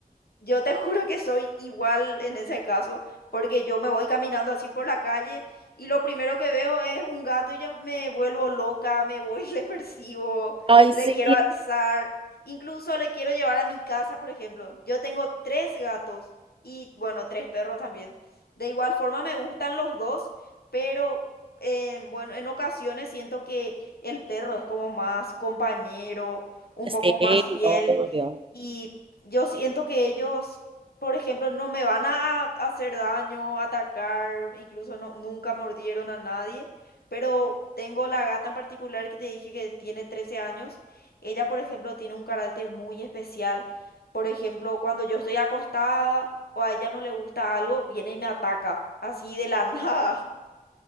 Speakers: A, on the left; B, on the right.
A: Yo te <laughs> juro que soy igual en ese caso, porque yo me voy caminando así por la calle y lo primero que veo es un gato y ya me vuelvo loca, me voy, <laughs> le persigo,
B: Ay,
A: le
B: sí,
A: quiero alzar, incluso le quiero llevar a mi casa, por ejemplo. Yo tengo tres gatos y, bueno, tres perros también. De igual forma me gustan los dos, pero, eh, bueno, en ocasiones siento que el perro es como más compañero, un poco
B: Sí,
A: más fiel.
B: obvio.
A: y yo siento que ellos, por ejemplo, no me van a hacer daño, atacar, incluso no, nunca mordieron a nadie, pero tengo la gata en particular que te dije que tiene 13 años. Ella, por ejemplo, tiene un carácter muy especial. Por ejemplo, cuando yo estoy acostada o a ella no le gusta algo, viene y me ataca, así de la <laughs> nada.